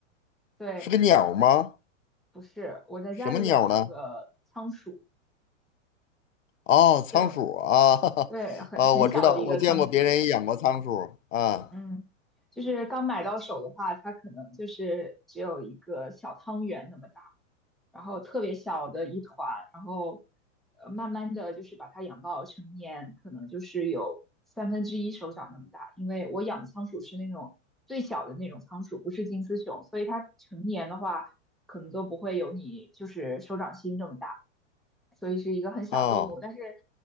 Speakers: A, in the centre; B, on the left (about 80°).
A: 对，
B: 是个鸟儿吗？
A: 不是我在家里养这个仓鼠。
B: 什么鸟儿呢？哦，仓鼠啊，
A: 对
B: <laughs>
A: 对，很很小的一个仓鼠，
B: 啊，我知道，我见过别人也养过仓鼠啊，
A: 嗯，就是刚买到手的话，它可能就是只有一个小汤圆那么大，然后特别小的一团，然后呃慢慢的就是把它养到成年，可能就是有三分之一手掌那么大，因为我养的仓鼠是那种最小的那种仓鼠，不是金丝熊，所以它成年的话可能都不会有你就是手掌心这么大。所以是一个很小动物。
B: 哦，
A: 但是